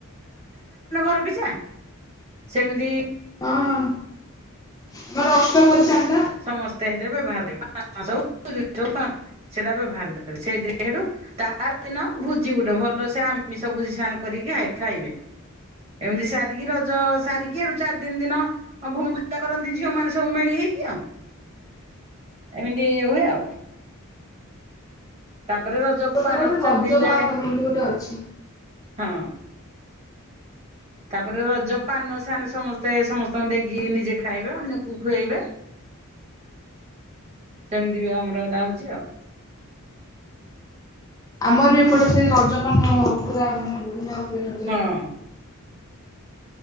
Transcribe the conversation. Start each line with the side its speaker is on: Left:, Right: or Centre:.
Right: ଘର ପିଛା? ସେମିତି
Left: ହଁ <unintelligible>
Right: ସମସ୍ତେ ସେଥିରେ ବ୍ୟବହାର <unintelligible> ସେଇଟା ବେବହାର ଦେବେ ସେଇଥିରେ ସେଠୁ ତାର ଦିନ ଭୋଜି ଗୋଟେ ଭଲସେ ଆମିଷ ଭୋଜି ସେମାନେ କରିକି ଖା ଖାଇବେ। ଏମିତି ସାରିକି ରଜ ସାରିକି ହେଟୁ ଚାରି ଦିନି ଦିନ। ଆଉ ଭୂମି ପୂଜା କରନ୍ତି ଝିଅ ମାନେ ସବୁ ମିଳି ହେଇକି ଆଉ। ଏମିତି ହୁଏ ଆଉ। ତାପରେ ରଜ
Left: ଏପଟରେ
Right: ପାନ
Left: ଗୋଟେ
Right: ଚାରି
Left: ରଜ
Right: ଦିନ ଯାଏ
Left: ବାହାଘର ବୋଲି ଗୋଟେ ଅଛି।
Right: ହଁ। ତାପରେ ରଜ ପାନ ସା ସମସ୍ତେ ସମସ୍ତଙ୍କୁ ଦେଇକି ନିଜେ ଖାଇବେ ଅନ୍ୟକୁ ଖୁଏଇବେ। ସେମିତି ବି ଆମର ଏଇଟା ହଉଛି ଆଉ।
Left: ଆମର ବି ଏପଟେ ସେ ରଜ ପାନ ପୁରା ମାନେ ରଜ ପାନ ବଢ଼ିଆ।
Right: ହଁ